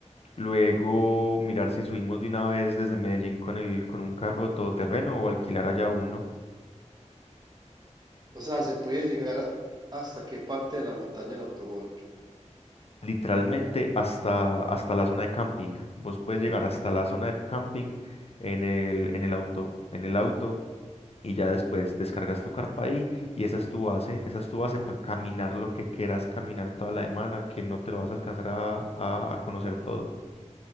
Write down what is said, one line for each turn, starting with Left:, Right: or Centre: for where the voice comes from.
Left: Luego mirar si subimos de una vez desde Medellín con el, con un carro todoterreno o alquilar allá uno.
Right: O sea, se puede llegar a- hasta qué parte de la montaña en automóvil.
Left: Literalmente hasta, hasta la zona de camping. Vos puedes llegar hasta la zona de camping en el, en el auto. En el auto. y ya después descargas tu carpa ahí y esa es tu base, esa es tu base para caminar lo que quieras caminar toda la semana, que no te lo vas a alcanzar a, a- a conocer todo.